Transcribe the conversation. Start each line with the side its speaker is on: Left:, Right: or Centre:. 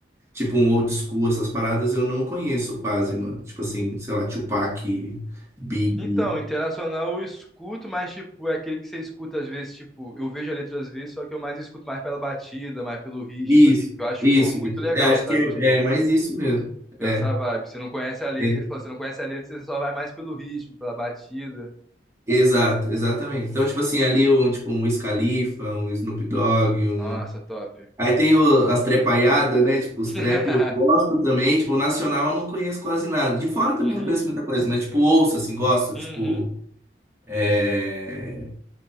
Right: Tipo um old school, essas paradas eu não conheço quase, mano. Tipo assim, sei lá, Tupac, Big.
Centre: Então, internacional eu escuto, mas tipo, é aquele que você escuta às vezes, tipo, eu vejo a letra às vezes, só que eu mais escuto mais pela batida, mais pelo ritmo,
Right: Isso,
Centre: assim. Eu acho,
Right: isso,
Centre: pô, muito
Right: isso.
Centre: legal,
Right: É, acho
Centre: sabe?
Right: que é,
Centre: Tipo,
Right: é mais isso mesmo.
Centre: essa
Right: É,
Centre: vibe. Você não conhece a letra,
Right: é,
Centre: que você fala, você não conhece a letra, você só vai mais pelo ritmo, pela batida.
Right: exato, exatamente. Então, tipo assim, ali um, tipo, um Wiz Khalifa, um Snoop Dogg, um
Centre: Nossa, top.
Right: Aí
Centre: Gosto.
Right: tem o- as trepaiadas, né? Tipo, os
Centre: <laughs>
Right: trap eu gosto também. Tipo, o nacional eu não conheço quase nada. De fora também
Centre: Uhum.
Right: não conheço muita coisa, mas tipo, ouço, assim, gosto. Tipo,
Centre: Uhum.
Right: é...